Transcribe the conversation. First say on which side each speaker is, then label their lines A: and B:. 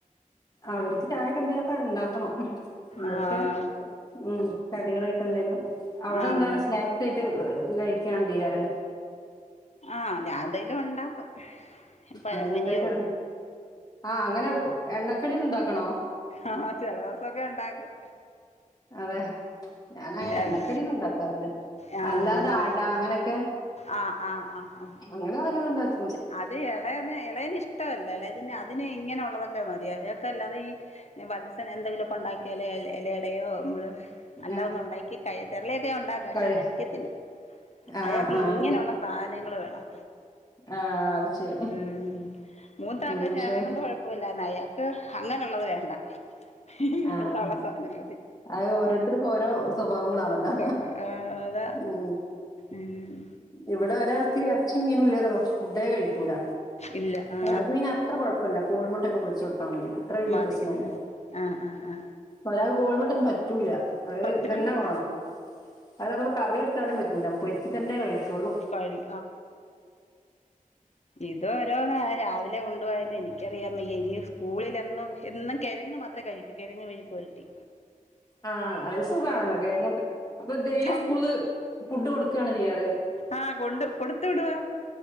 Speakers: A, on the left (about 25°); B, on the left (about 50°).
A: അവർക്ക് ചായക്കന്തലൊക്കെ ഉണ്ടാക്കണം. എന്തലൊക്കെ
B: ആഹ്
A: ഉ കടികളായിട്ട് എന്തേലും. അവിടെ
B: ആഹ്
A: എന്താണ് സ്നാക്സ്? സ്നാക്സ് ആയിട്ട് കഴിക്കാണോ ചെയ്യാറ്?
B: ആഹ ഞാൻന്തെലും ഉണ്ടാക്കും. പഴംപൊരിയോ
A: ആ, എന്തായിട്ട് ആഹ് അങ്ങനെ എണ്ണക്കടികൾ ഉണ്ടാക്കണോ
B: ആഹ ചില ദിവസൊക്കെ ഇണ്ടാക്കും.
A: അതെ ഞാന അങ്ങനെ
B: ആഹ്
A: എണ്ണക്കടീന്ന ഉണ്ടാക്കാറില്ല.
B: ആഹ്
A: അല്ലാതെ അടാ അങ്ങനെക്കെ
B: ആഹ് ആഹ് ആഹ് ആഹ
A: അങ്ങനെ വല്ലതുണ്ടാക്ക
B: അത് ഇളയ ഇളയന് ഇഷ്ടമല്ല ഇളയതിന് അതിന് ഇങ്ങനെുള്ളതൊക്കെ മതി അവൊക്കെ അല്ലാതെ ഈ വത്സം എന്തെങ്കിലുമൊക്കെ ഉണ്ടാക്കിയാലേ ഇലടയോ നമ്മള് അല്ല
A: ഏഹ്
B: ഒന്നും ഉണ്ടാക്കി തെരളിയൊക്കെ ഞാന് ഉണ്ടാക്ക പക്ഷെ
A: കഴി
B: കഴിക്കത്തില്ല
A: ആഹ്
B: അയാൾക്ക്
A: ആഹ്
B: ഇങ്ങനെയുള്ള സാധനങ്ങൾ വേണം.
A: ആഹ അത് ശരി
B: ഉം മൂത്താക്ക്
A: ഉം
B: പക്ഷേ
A: പക്ഷെ
B: എളയകൊണ്ട് കൊഴപ്പ അപ്പോല്ല അയാക്ക് അങ്ങനെയുള്ളത് വേണ്ട. <unintelligible>
A: ആഹ്
B: സാനംമതി
A: അത് ഓരോരുത്തർക്ക് ഓരോ സ്വഭാവങ്ങളാണല്ലോ
B: ഓ അതാ
A: ഉ
B: ഉം
A: ഇവിടെ ഒരാൾക്ക് എറച്ചി മീനും ഇല്ലതോ പക്ഷ ഫുഡേ കഴി ക്കൂല
B: ഇല്ല ആ
A: അയാക്ക്പിന്നെ ആത്രേയ കുഴപ്പം ഇല്ലാ. പ്പല്ല കോഴിമുട്ടൊക്കെ പൊരിച്ച കൊടുത്താൽ മതി അത്ര വലിയ
B: മതി
A: പ്രശ്നല്ല.
B: ആ ആ ആ ആ
A: ഒരാ കോഴിമുട്ടൊ ഒന്നും പറ്റൂല. അത്
B: പറ്റുള്ളൂ
A: ഇതന്നെ വേണം അത് നമ്മള് കറി വെച്ചാലും പറ്റില്ല. പൊരിച്ച് തന്നെ കഴിക്കുള്ളു.
B: കഴി ഇത് ഓരോന്ന രാവിലെ കൊണ്ടു പോയല്ലേ എനിക്ക് കേറിയമ്മയ്യ ഇനി സ്കൂളിൽ എന്നും എന്നും കെഴങ്ങ് മാത്രേ കഴിക്കൂ കെഴങ്ങ് മെഴുക്കുപുരട്ടി.
A: ആഹ് അസ് സുഖാണല്ലോ <unintelligible> അപ്പൊ ഡെയിലി
B: ചമ്മ
A: സ്കൂള്ക്ക് ഫുഡ് കൊടുക്കാണോ ചെയ്യാറ്
B: ആഹ് കൊണ്ട് കൊടുത്തു വിടുവാ